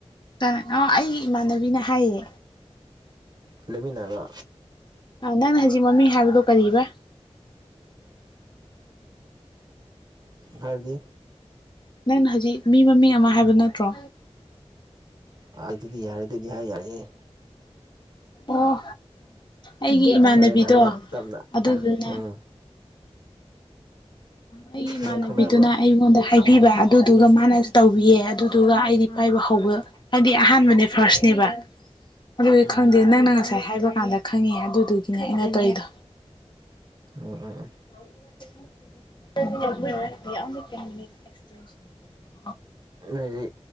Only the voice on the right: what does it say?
ꯂꯩꯃꯤꯟꯅꯕ
ꯍꯥꯏꯕꯗꯤ
ꯑ ꯑꯗꯨꯗꯤ ꯌꯥꯔꯦ ꯑꯗꯨꯗꯤ ꯍꯥꯏ ꯌꯥꯔꯦꯍꯦ
ꯍꯣꯔꯦꯟ ꯍꯣꯔꯦꯟ ꯇꯞꯅ
ꯎꯝ
ꯅꯣꯏ ꯈꯪꯅꯕ꯭ꯔꯣ
ꯎꯝ
ꯎꯝ ꯎꯝ ꯎꯝ
ꯅꯣꯏꯗꯤ